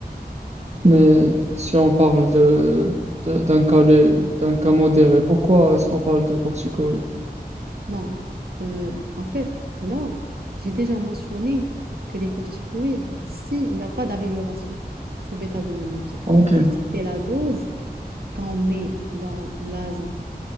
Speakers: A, on the right (about 40°); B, on the right (about 70°).
A: Mais si on parle de, de- d'un cas, lé- d'un cas modéré, pourquoi est-ce qu'on parle de corticoïdes?
B: Non, Euh, en fait, là, j'ai déjà mentionné que les corticoïdes, s'il n'y a pas d'amélioration sous bêta-2-mimétique,
A: Ok.
B: donc j'ai cité la dose qu'on met dans l'asthme,